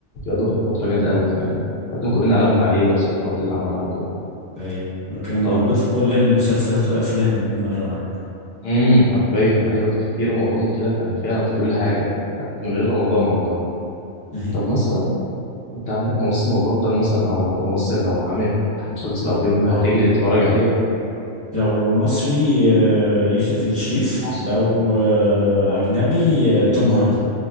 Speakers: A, on the left; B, on the right.
A: فؤاد واخد فتره جامده قوي فاهم لحد ما كلنا قلبنا عليه بقى بسبب الحوارات اللي عملها وكده
B: ايوه كان
A: طب
B: موجود في كل المسلسلات والافلام مرة واحدة
A: امم حرفيا ايوه في رمضان كده كان فعلا في كل حاجه حتى من غير رمضان والله
B: <laughs> ايوه
A: طب مثلا انت عندك ممثل مفضل مثلا او ممثل لو عامل مسلسل او فيلم
B: اه
A: هتجري تتفرج عليه في
B: لو مصري آه، يوسف الشريف
A: مصر
B: لو
A: يعني
B: آه،
A: آه،
B: اجنبي آه، توم هاردي
A: عارف.